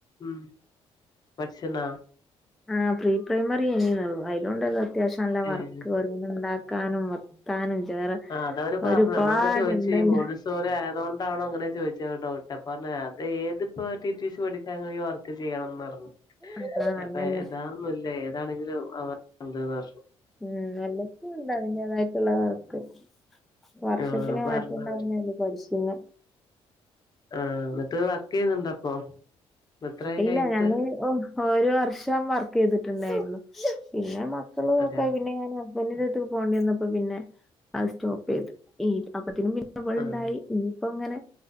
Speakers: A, on the left; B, in the centre.
A: ഉം പഠിച്ചിണോ
B: ആ പ്രീ പ്രൈമറി അനിയന്നള്ളു അതിലോണ്ടല്ലോ അത്യാവശ്യം നല്ല
A: ഏഹ്
B: വർക്ക് ഓരോന്ന് ഉണ്ടാക്കാനും താനം ചേറെ
A: ആഹ് അത് അവര് പറഞ്ഞു
B: ഒരുപാടുണ്ടല്ലോ
A: നമ്മളങ്ങനെ ചോയിച്ചു കഴിമ്പോ ഓര് സോറി ആയതോണ്ടാണോ അങ്ങനെ ചോദിച്ചട്ടോ അത് ഏത്പ്പം ഏതിപ്പോ ടി ടി സി പഠി ഞങ്ങൾ ഈ വർക്ക് ചെയ്യണംന്ന് പറഞ്ഞു
B: ആഹ്
A: അപ്പൊ
B: അതന്നെ
A: ഏതാന്നല്ല ഏതാണെങ്കിലും അവ രണ്ടുമൂന്നു വർഷം
B: ഉം എല്ലാത്തിലും ഉണ്ട് അതിന്റേതായിട്ടുള്ളവർക്ക് വർഷത്തിന്
A: ആഹ് പറഞ്ഞവര്
B: മാറ്റണ്ടാവുന്നല്ലേ പഠിപിന്
A: ആഹ എന്നിട്ട് വർക്ക് ചെയ്യുന്നുണ്ടോ അപ്പൊ എത്രായി
B: ഇല്ല
A: കഴിഞ്ഞിട്ട്
B: ഞാനേ ഓ ഒരു വർഷം വർക്ക് ചെയ്തിട്ടുണ്ടായിരുന്നു. പിന്നെ മക്കളെ നോക്കാൻ
A: അതെയാ
B: പിന്നെ ഞാൻ കുഞ്ഞിന്റെ അടുത്തേക്ക്പോകേണ്ടി വന്നപ്പോ പിന്നെ അത് സ്റ്റോപ്പ് ചെയ്ത്. അപ്പത്തേക്കിനു പിന്നെ അവൾ
A: ആഹ്
B: ഉണ്ടായി ഇനിയിപ്പം ഇങ്ങനെ